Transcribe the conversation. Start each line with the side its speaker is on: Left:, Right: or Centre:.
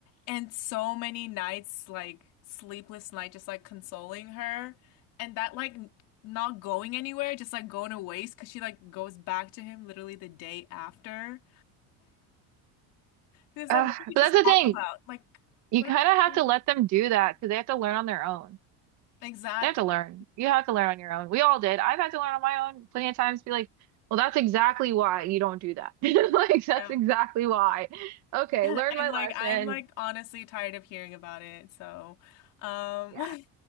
Left: And so many nights, like sleepless night, just like consoling her and that like n- not going anywhere, just like going to waste because she like goes back to him literally the day after. He was
Right: Ugh.
Left: like, what did
Right: But
Left: we
Right: that's
Left: just
Right: the
Left: talk
Right: thing.
Left: about? Like,
Right: You
Left: what
Right: kind of have
Left: are
Right: to
Left: we
Right: let them do that because they have to learn on their own.
Left: Exactly.
Right: They have to learn. You have to learn on your own. We all did. I've had to learn on my own plenty of times. Be like, "Well, that's exactly why you don't do that." <laughs> Like, that's
Left: Yeah.
Right: exactly why. Okay,
Left: <laughs>
Right: learn
Left: And
Right: my
Left: like
Right: lesson.
Left: I'm like honestly tired of hearing about it. So um
Right: Yeah,
Left: <laughs>